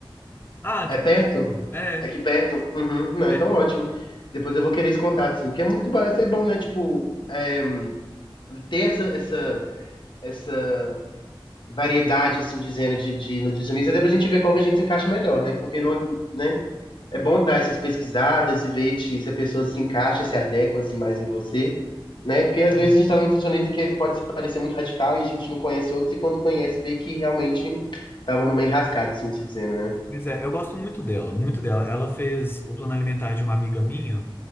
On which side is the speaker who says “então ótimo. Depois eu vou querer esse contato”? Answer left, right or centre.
Left